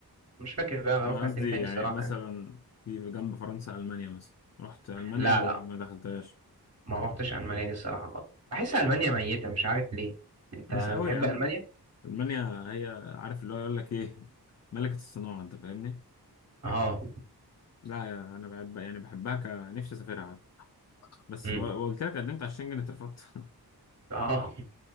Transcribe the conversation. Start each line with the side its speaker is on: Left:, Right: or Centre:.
Right: ومش فاكر بقى ما
Left: انا
Right: رحنا
Left: قصدي
Right: فين تاني
Left: يعني
Right: الصراحة
Left: مثلا
Right: يعني.
Left: في جنب فرنسا المانيا مثلا رحت المانيا
Right: لا
Left: ولا
Right: لا
Left: ما دخلتهاش
Right: ما رحتش ألمانيا دي الصراحة خالص بحس ألمانيا ميتة مش عارف ليه أنت
Left: مش قوي
Right: بتحب
Left: يا عم
Right: ألمانيا؟
Left: المانيا هي عارف اللي هو يقول لك ايه ملكة الصناعة انت فاهمني
Right: آه
Left: لا يا انا بحب يعني بحبها ك نفسي اسافرها حتى بس
Right: امم
Left: ب- قلت لك قدمت على الشنجن اترفضت <laughs>
Right: آه